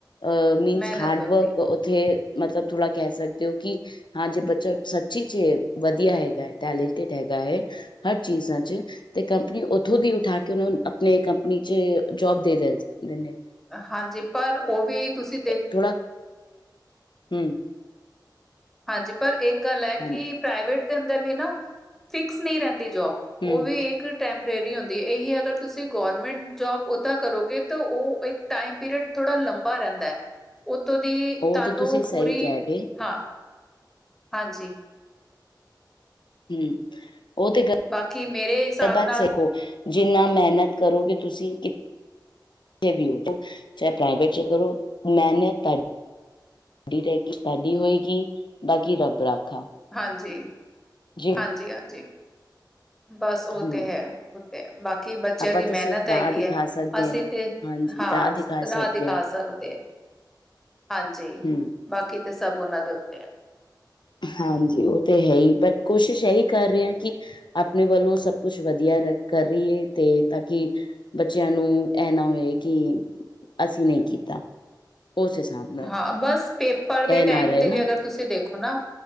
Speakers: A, on the left; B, in the centre.
A: ਅ ਮੀਨਸ
B: ਮਿਹਨਤ
A: ਹਾਰਡ
B: ਹੁੰਦੀ
A: ਵਰਕ
B: ਹੈ
A: ਉੱਥੇ ਮਤਲਬ ਥੋੜ੍ਹਾ ਕਹਿ ਸਕਦੇ ਹੋ ਕਿ ਹਾਂਜੀ ਬੱਚਾ ਸ ਚੀਜ਼ ਚ ਵਧੀਆ ਹੈਗਾ ਹੈ ਟੈਲੈਂਟਿਡ ਹੈਗਾ ਹੈ ਹਰ ਚੀਜ਼ਾਂ 'ਚ ਤੇ ਕੰਪਨੀ ਉਥੋਂ ਦੀ ਉਠਾ ਕੇ ਉਹਨਾਂ ਆਪਣੀ ਕੰਪਨੀ 'ਚ ਜੋਬ ਦੇ ਦ ਦਿੰਦੇ ਆ।
B: ਹਾਂਜੀ ਪਰ ਉਹ ਵੀ ਤੁਸੀਂ ਦੇਖ
A: ਥੋੜਾ ਹੂੰ
B: ਹਾਂਜੀ ਪਰ ਇੱਕ ਗੱਲ ਹੈ ਕਿ
A: ਹਾਂਜੀ
B: ਪ੍ਰਾਈਵੇਟ ਦੇ ਅੰਦਰ ਵੀ ਨਾ ਫਿਕਸ ਨਹੀਂ ਰਹਿੰਦੀ ਜੋਬ।
A: ਹੂੰ
B: ਉਹ ਵੀ ਇੱਕ ਟੈਂਪਰੇਰੀ ਹੁੰਦੀ ਇਹੀ ਅਗਰ ਤੁਸੀਂ ਗੌਰਮੈਂਟ ਜੋਬ ਉੱਦਾਂ ਕਰੋਗੇ ਤਾਂ ਉਹ ਇੱਕ ਟਾਈਮ ਪੀਰੀਅਡ ਥੋੜ੍ਹਾ ਲੰਬਾ ਰਹਿੰਦਾ ਹੈ ਉਤੋਂ ਦੀ
A: ਉਹ
B: ਤੁਹਾਨੂੰ
A: ਤਾਂ ਤੁਸੀਂ ਸਹੀ
B: ਪੂਰੀ
A: ਕਹਿ ਰਹੇ
B: ਹਾਂ। ਹਾਂਜੀ।
A: ਹੂੰ ਉਹ ਤੇ ਗ ਗੱਲਬਾਤ
B: ਬਾਕੀ ਮੇਰੇ ਹਿਸਾਬ ਨਾਲ
A: ਸਿੱਖੋ ਜਿੰਨਾ ਮਿਹਨਤ ਕਰੋਗੇ ਤੁਸੀਂ। ਵੀ <unintelligible> ਚਾਹੇ ਪ੍ਰਾਈਵੇਟ ਚ ਕਰੋ ਮੈਨ ਤੁਹਾ <inaudible> ਸਾਡੀ ਰਗੀ <unintelligible> ਸਾਡੀ ਹੋਏਗੀ ਬਾਕੀ ਰੱਬ ਰਾਖਾ <inaudible>
B: ਹਾਂਜੀ,
A: ਜੀ
B: ਹਾਂਜੀ, ਹਾਂਜੀ। ਬਸ
A: ਹੂੰ
B: ਉਹ ਤੇ ਹੈ। <inaudible> ਕਿ ਬੱਚਿਆਂ
A: ਆਪਾਂ
B: ਦੀ
A: ਤੇ
B: ਮਿਹਨਤ
A: ਸਿਰਫ ਰਾਹ
B: ਹੈਗੀ
A: ਦਿਖਾ
B: ਏ।
A: ਸਕਦੇ
B: ਅਸੀਂ ਤਾਂ
A: ਹਾਂਜੀ
B: ਹਾਂ
A: ਰਾਹ ਦਿਖਾ
B: ਰਾਹ
A: ਸਕਦੇ
B: ਦਿਖਾ
A: ਹਾਂ
B: ਸਕਦੇ ਹਾਂ। ਜੀ,
A: ਹੂੰ
B: ਬਾਕੀ ਤਾਂ ਸਭ ਉਹਨਾਂ ਦੇ ਉੱਤੇ ਏ।
A: ਹਾਂਜੀ, ਉਹ ਤਾਂ ਹੈ ਹੀ, ਬਟ ਕੋਸ਼ਿਸ਼ ਇਹੀ ਕਰ ਰਹੇ ਆਂ ਕਿ। ਆਪਣੇ ਵੱਲੋਂ ਸਭ ਕੁਝ ਵਧੀਆ ਕਰੀਏ, ਤਾਂ ਕਿ। ਬੱਚਿਆਂ ਨੂੰ ਇਹ ਨਾ ਹੋਵੇ ਕਿ ਅਸੀਂ ਨਹੀਂ ਕੀਤਾ। ਓਸੇ ਹਿਸਾਬ ਨਾਲ <inaudible>
B: ਹਾਂ, ਬਸ ਪੇਪਰ ਦੇ
A: ਇਹ
B: ਟਾਈਮ
A: ਨਾ ਰਹੇ
B: ਤੇ
A: ਨਾ
B: ਵੀ ਅਗਰ ਤੁਸੀਂ ਦੇਖੋ ਨਾ,